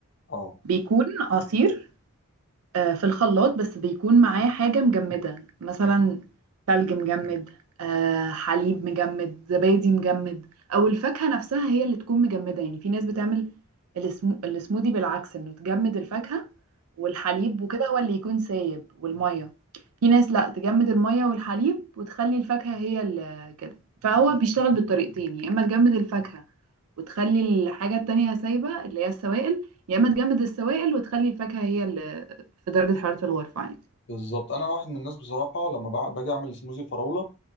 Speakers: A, on the left (about 50°); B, on the right (about 80°).
A: أه
B: بيكون عصير آه، في الخلاط بس بيكون معاه حاجة مجمدة مثلا ثلج مجمد آه، حليب مجمد زبادي مجمد أو الفاكهة نفسها هي اللي تكون مجمدة يعني في ناس بتعمل السمو... السموذي بالعكس إنه تجمد الفاكهة والحليب وكده هو اللي يكون سايب والمية في ناس لا تجمد المية والحليب وتخلي الفاكهة هي اللي كده فهو بيشتغل بالطريقتين يا إما تجمد الفاكهة وتخلي الحاجة التانية سايبة اللي هي السوائل يا اما تجمد السوائل وتخلي الفاكهة هي اللي في درجة حرارة الغرفة عادي
A: بالظبط انا واحد من الناس بصراحه لما بع- باجي اعمل سموزي فراوله